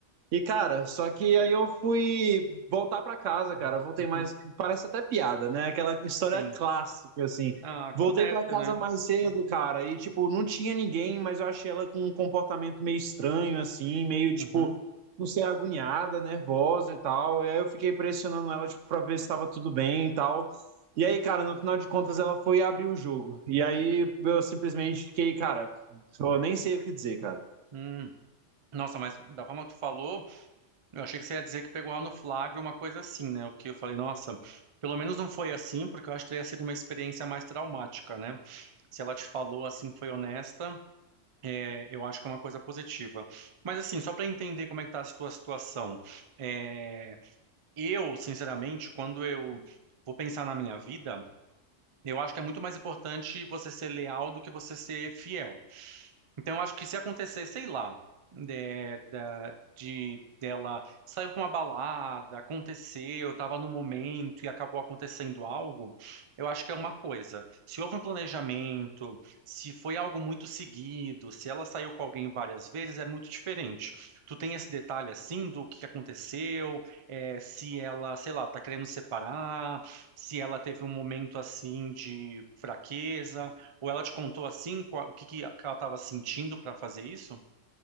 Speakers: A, on the right; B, on the right.
A: E, cara, só que aí eu fui voltar pra casa, cara. Voltei
B: uhum,
A: mais. Parece até piada, né? Aquela história
B: sim.
A: clássica, assim.
B: Ah, acontece,
A: Voltei pra casa
B: né?
A: mais cedo, cara. E, tipo, não tinha ninguém, mas eu achei ela com um comportamento meio estranho, assim, meio,
B: Uhum,
A: tipo, não sei, agoniada, nervosa e tal. E aí eu fiquei pressionando ela, tipo, pra ver se tava tudo bem e tal. E aí, cara, no final de contas, ela foi abrir o jogo. E aí eu simplesmente fiquei, cara, eu nem sei o que dizer, cara.
B: hum. Nossa, mas da forma que tu falou, eu achei que você ia dizer que pegou lá no flagra uma coisa assim, né? O que eu falei, nossa, pelo menos não foi assim, porque eu acho que teria sido uma experiência mais traumática, né? Se ela te falou assim, foi honesta, é, eu acho que é uma coisa positiva. Mas assim, só para entender como é que tá a tua situação. é, Eu, sinceramente, quando eu vou pensar na minha vida, eu acho que é muito mais importante você ser leal do que você ser fiel. Então, eu acho que se acontecer, sei lá, de, da- de- dela saiu pra uma balada, aconteceu, estava no momento e acabou acontecendo algo, eu acho que é uma coisa. Se houve um planejamento, se foi algo muito seguido, se ela saiu com alguém várias vezes, é muito diferente. Tu tem esse detalhe assim do que aconteceu, é, se ela, sei lá, tá querendo separar, se ela teve um momento assim de fraqueza. Ou ela te contou assim, qual- o que que ela estava sentindo para fazer isso?